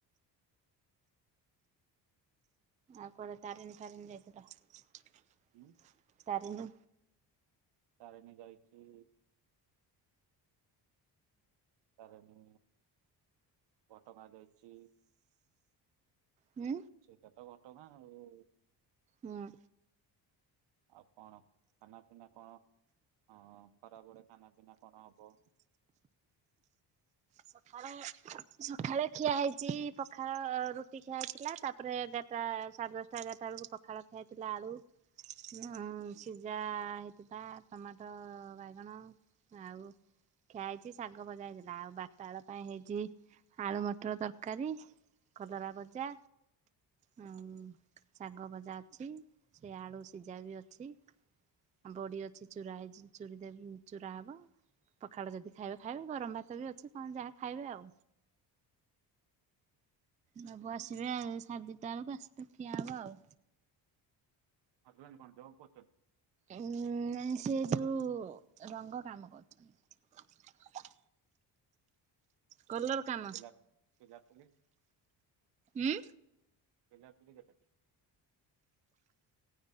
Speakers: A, on the right (about 20°); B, on the right (about 75°).
A: ଆଉ କୋଆଡେ ତାରିଣୀ ଫାରିଣୀ ଯାଇଥିଲ?
B: ହୁଁ।
A: ତାରେଣି।
B: ତାରେଣୀ ଯାଇଛି। ତାରେଣୀ ଘଟ ଗାଁ ଯାଇଛି।
A: ହୁଁ
B: ସେଇଟା ତ ଘଟଗାଁ ଆଉ।
A: ହୁଁ।
B: ଆଉ କଣ ଖାନା ପିନା କଣ? ହଁ ଖରାବେଳେ ଖାନା ପିନା କଣ ହବ?
A: ହୁଁ। ସକାଳେ ଖିଆ ହେଇଛି ପଖାଳ ରୁଟି ଖିଆ ହେଇଥିଲା, ତାପରେ ଏଗାରଟା ସାଢ଼େ ଦଶଟାଗାରା ବେଳକୁ ପଖାଳଖା ହେଇଥିଲା, ଆଳୁ ହିଁ ସିଝା ହେଇଥିବା ଟମାଟ, ବାଇଗଣ ଆଉ ଖିଆ ହେଇଛି ଶାଗ ବଜା ହେଇଥିଲା ଆଉ ବଟା ବେଳ ପାଇଁ ହେଇଛି। ଆଳୁ ମଟର ତରକାରୀ, କଲରା ଭଜା। ହ ଶାଗ ଭଜା ଅଛି, ସେ ଆଳୁ ସିଝା ବି ଅଛି। ଆ ବଡି ଅଛି, ଚୁର ହେଇ ଚ ଦେ ଚୁର ହବ। ପଖାଳ ଯଦି ଖାଇବେ ଖାଇବେ ଗରମ ଭାତ ବି ଅଛି କଣ ଯାହା ଖାଇବେ ଆଉ। ନବୁ ଆସିବେ ସାଢ଼େଦିଇଟା ବେଳକୁ ଆସିଲେ ଖିଆ ହବ ଆଉ।
B: ହଜବେଣ୍ଟ କଣ ଜବ୍ <unintelligible>
A: ଉଁ ସେ ଯୋଉ ରଙ୍ଗ କାମ କରୁଛନ୍ତି। କଲର କାମ
B: ପିଲା ପୁଲି?
A: ଉଁ
B: ପିଲା ପୁଲି କେତେ?